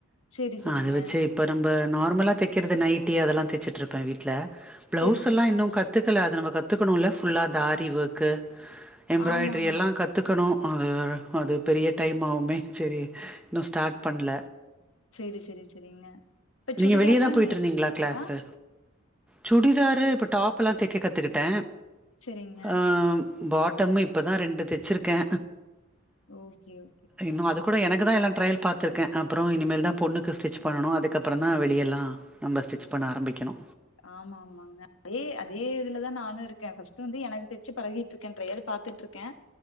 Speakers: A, on the left; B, in the centre.
A: செரி செரிங்க
B: அது வச்சே இப்ப நம்ப நார்மலா தைக்கிறது நைட்டி அதல்லா தச்சுட்ருப்பே வீட்ல பிளவுஸ்
A: செரி செரிங்க
B: எல்லா இன்னு கத் கத்துக்கல அத நம்ம கத்துக்கணு இல்ல ஃபுல்லா இந்த ஆரி ஒர்க்கு எம்ராய்டரி
A: ஆமாங்க
B: எல்லா கத்து கத்துக்கணு அது அது பெரிய டைம் ஆவுமே சரி இன்னு ஸ்டார்ட் பண்ல
A: செரி செரி செரிங்க இப்ப சுடிதார்ல்லா
B: நீங்க வெளிய தான் போயிட்ருந்தீங்களா
A: நீங்க தச்சுருவீங்களா
B: கிளாஸு சுடிதாரு இப்ப டாப்பல்லா தக்க கத்துக்கிட்டே
A: செரிங்க
B: அ பாட்டம்மு இப்ப தா ரெண்டு தச்சுருக்கே
A: ஓகே ஓ
B: இன்னு அது கூட எனக்கு தா எல்லா ட்ரைல் பாத்ருக்கே அப்பறோ இனிமேல் தா பொண்ணுக்கு ஸ்டிச் பண்ணணு அதுக்கப்பறந் தா வெளியலா நம்ப ஸ்டிச் பண்ண ஆரம்பிக்கணு
A: ஆமா ஆமாங்க அதே அதே இதுலதா நானு இருக்கே ஃபர்ஸ்ட்டு வந்து எனக்கு தச்சு பழகிட்டு இருக்கே ட்ரையல் பாத்துட்ருக் கே